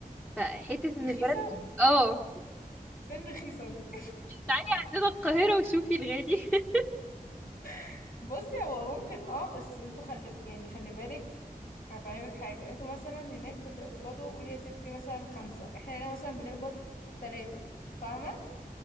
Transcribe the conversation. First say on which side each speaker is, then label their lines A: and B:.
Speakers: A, in the centre; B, on the left.
A: فحته
B: رخيصه
A: ان البلد اه
B: فين رخيصه دي
A: تعالي عندنا القاهره وشوفي الغالي <laughs>
B: <laughs> بصي هو ممكن اه بس انتوا خلي يعني خلي بالك هفهمك حاجه انتوا مثلا هناك بتقبضوا قول يا ستي مثلا خمسة احنا هنا مثلا بنقبض ثلاثة فاهمه